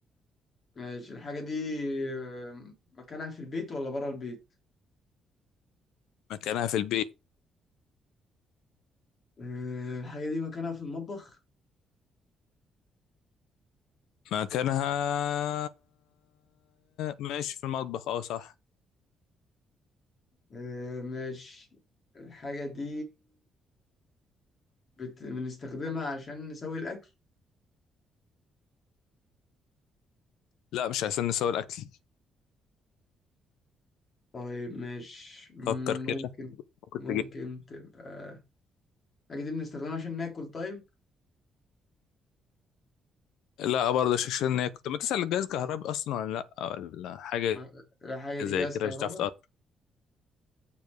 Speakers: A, on the left; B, on the left.
A: ماشي الحاجه دي آه، مكانها في البيت ولا بره البيت
B: مكانها في البيت
A: آه، الحاجه دي مكانها في المطبخ
B: مكانها ماشي في المطبخ اه صح
A: آه، ماشي الحاجه دي بت... بنستخدمها عشان نسوي الاكل
B: لا مش عشان نسوي الأكل
A: طيب مش
B: فكر كده
A: ممكن
B: كنت
A: ممكن تبقى الحاجة دي بنستخدمها عشان ناكل طيب
B: لا برضه شكشنة كنت بتسأل الجهاز كهربي أصلا ولا لأ ولا حاجة
A: آه، الحاجة دي
B: زي
A: جهاز
B: كده
A: كهرباء
B: مش هتعرف تقرب